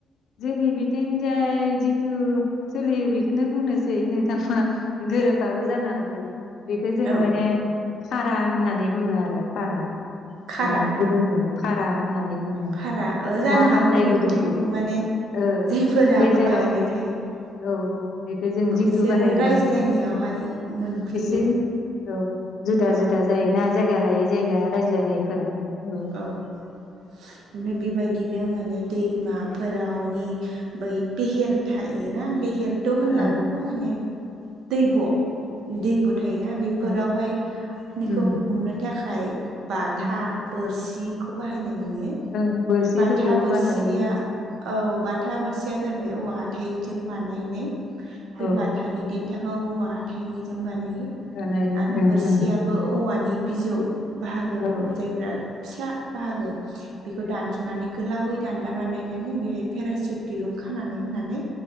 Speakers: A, on the left (about 65°); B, on the right (about 80°).
A: जोंनि बिथिंजाय जिथु सोलियो बेखौनो बुंनोसै नोंथांङा। गोरोबाबो जानो हागौ। बेखौ जों
B: औ
A: माने फारा होननानै बुङो आरो फारा
B: खारा
A: माने। गुदुंखौ फारा होननानै बुङो
B: भारा जानो
A: ना
B: हागौ
A: हाबनाय
B: बेबो
A: गुदुंखौ।
B: बुङो माने
A: ओ
B: जायफोरा
A: गेजेराव
B: बाहायबाय
A: औ
B: थायो
A: औ। बेखौ जों
B: बिसोरो
A: जिथु बाहायदों
B: रायज्लायनायावहाय
A: आरो
B: मोनफ्लेयो
A: एसे। औ जुदा
B: औ
A: जुदा जायोना जायगा लायै जायगा रायज्लायनायफोरा औ।
B: औ ओमफ्राय बेबायदिनो माने दैमाफोरावनि। बै बेहेर थायोना बेहेर। ट' होनब्ला
A: ओ
B: बेखौ माने दैब'। दैब थायोना बेफोरावहाय
A: ओ
B: बेखौ
A: उम
B: हमनो थाखाय। बाथा
A: उम
B: बोरसिखौ बाहायनाय नुयो।
A: ओ बोरसिफोरखौबो
B: बाथा बोरसिया।
A: बाहायो
B: औ बाथा बोरसिया जाबाय औवा हाथायनिजों बानायनाय बे
A: औ
B: बाथा। हाथानि देन्थाखौ औवा हााइनिजों बानायो
A: जानाय
B: आरो
A: ओं
B: बोरसिया।
A: ओं
B: औवानि बिजौ बाहागोखौ
A: औ
B: जायफोरा फिसा बाहागो बेखौ दान्स। होनानै गोलावै दान्दा बानायनानै बेहाय पेरासुट दिरुं खानानै होनानै।